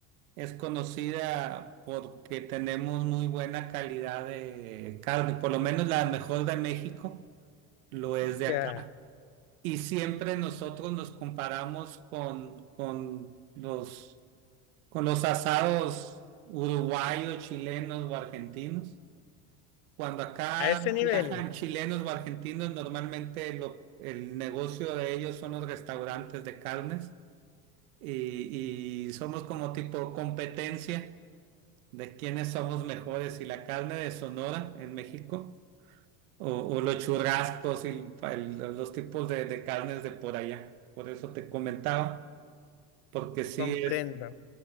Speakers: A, on the right; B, on the left.
A: Es conocida porque tenemos muy buena calidad de carne, por lo menos la mejor de México lo es de
B: Ya,
A: acá. Y siempre nosotros nos comparamos con, con los, con los asados uruguayos, chilenos o argentinos. Cuando acá
B: a ese nivel.
A: viajan chilenos o argentinos, normalmente lo- el negocio de ellos son los restaurantes de carnes y y somos como tipo competencia de quiénes somos mejores, si la carne de Sonora en México o, o los churrascos y el- los tipos de, de carnes de por allá. Por eso te comentaba, porque sí
B: Comprendo.
A: es,